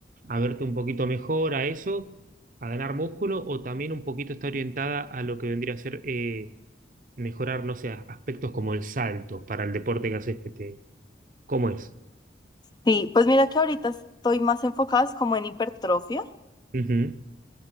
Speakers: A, on the right; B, on the left.
A: a verte un poquito mejor, a eso, a ganar músculo, o también un poquito está orientada a lo que vendría a ser eh, mejorar, no sé, aspectos como el salto para el deporte que haces que te... ¿Cómo es?
B: Sí, pues mira que ahorita estoy más enfocada es como en hipertrofia.
A: Ujú.